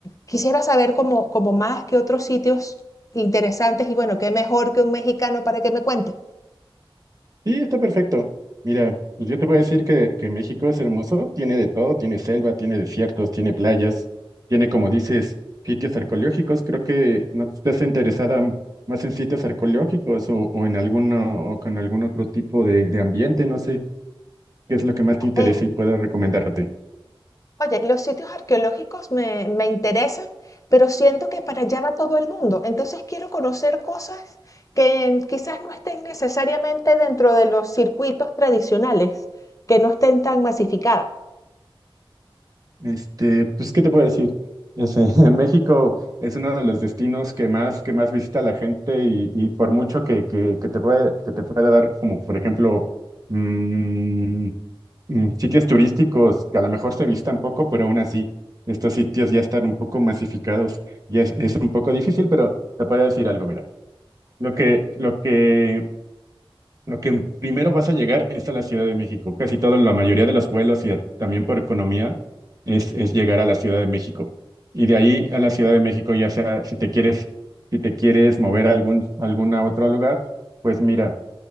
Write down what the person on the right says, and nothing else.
Sí, está perfecto. Mira, pues yo te voy a decir que, que México es hermoso, tiene de todo, tiene selva, tiene desiertos, tiene playas, tiene, como dices, sitios arqueológicos. Creo que no estás interesada m- más en sitios arqueológicos o, o en alguno, o con algún otro tipo de, de ambiente, no sé qué es lo que más te interesa
y puedo recomendarte.
Este, pues, ¿qué te puedo decir? Es, eh, <laughs> México es uno de los destinos que más, que más visita la gente y, y por mucho que, que, que te puede, que te pueda dar, como por ejemplo, mm, mm, sitios turísticos que a lo mejor se visitan poco, pero aún así, estos sitios ya están un poco masificados ya es, es un poco difícil, pero te podría decir algo, mira. Lo que, lo que lo que primero vas a llegar es a la Ciudad de México. Casi toda la mayoría de los vuelos y a- también por economía es, es llegar a la Ciudad de México. Y de ahí a la Ciudad de México, ya sea si te quieres, si te quieres mover a algún, algún otro lugar, pues mira,